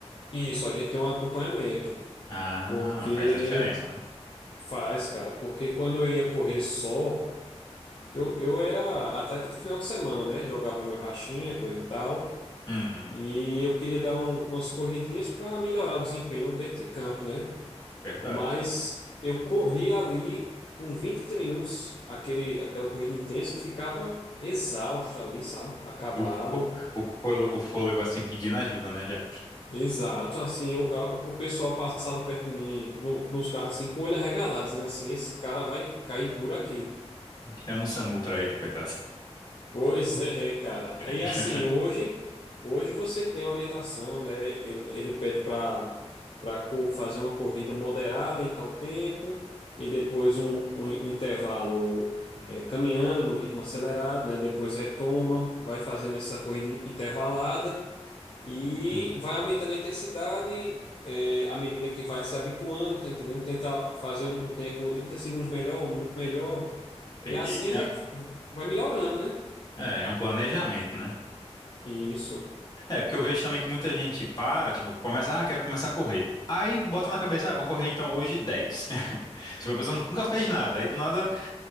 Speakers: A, on the left (about 50°); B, on the left (about 35°).
A: Isso, a gente tem um acompanhamento.
B: Ah,
A: Porque
B: faz a diferença, né?
A: faz, cara. Porque quando eu ia correr só. Que eu, eu era atleta do final de semana, né? Jogava meu rachinha, coisa e tal.
B: Uhum,
A: E eu queria dar um- umas corridinhas para melhorar o desempenho dentro de campo, né?
B: verdade.
A: Mas eu corria ali com 20 30 minutos, aquele, aquela corrida intensa, eu ficava exausto ali, sabe? Acabado.
B: O, fô- o, fôlego, o fôlego, assim pedindo ajuda, né? Já
A: Exato, assim, eu, a- o pessoal passava perto de mim no- nos carros assim com o olho arregalado, dizendo assim, esse cara vai cair duro aqui.
B: chama o SAMU pra ele, coitado.
A: Pois é, cara. Aí
B: <laughs>
A: assim, hoje, hoje você tem orientação, né? Ele, ele pede para para fazer uma corrida moderada em tal tempo e depois um, um, in- um intervalo
B: Hum,
A: eh, caminhando no ritmo acelerado, né? Depois retoma, vai fazendo essa corrida in- intervalada e
B: hum,
A: vai aumentando a intensidade eh, à medida que vai se habituando, tá entendendo? Tenta fazer um, um tempo 30 segundos melhor, um minuto melhor
B: Entendi.
A: e assim a gente vai melhorando, né?
B: É, é um planejamento, né?
A: Isso.
B: É, porque eu vejo também que muita gente para, tipo, começa, ah, quero começar a correr. Aí bota na cabeça, ah, vou correr então hoje dez <laughs> Tipo, a pessoa nunca fez nada. Aí do nada